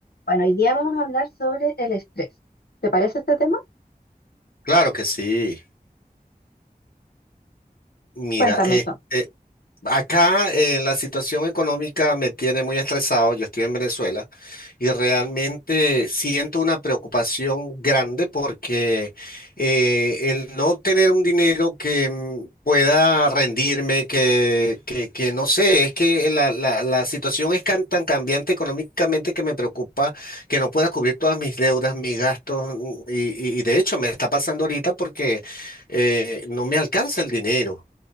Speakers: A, on the left; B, on the left.
A: Bueno, hoy día vamos a hablar sobre el estrés. ¿Te parece este tema?
B: Claro que sí. Mira,
A: Cuéntame
B: este,
A: entonces.
B: Acá eh, la situación económica me tiene muy estresado, yo estoy en Venezuela y realmente siento una preocupación grande porque eh, el no obtener un dinero que mm, pueda rendirme, que, que, que no sé, es que la, la, la situación es can- tan cambiante económicamente que me preocupa que no pueda cubrir todas mis deudas, mis gastos mm, y, y- y de hecho me está pasando ahorita porque eh, no me alcanza el dinero.